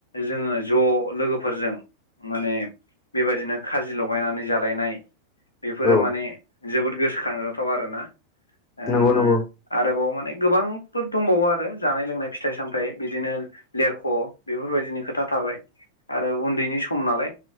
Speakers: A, on the left; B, on the left.
A: जोङो ज' लोगोफोरजों माने बेबायदिनो खाजि लगायनानै जालायनाय बेफोरो
B: औ
A: माने जोबोद गोसोखांजाथाव आरोना ओ
B: नंगौ नंगौ
A: आरोबाव माने गोबांफोर दंबावो आरो जानाय लोंनाय फिथाइ सामथाइ बिदिनो लेरख' बेफोरबायदिनि खोथा थाबाय आरो उन्दैनि सम नालाय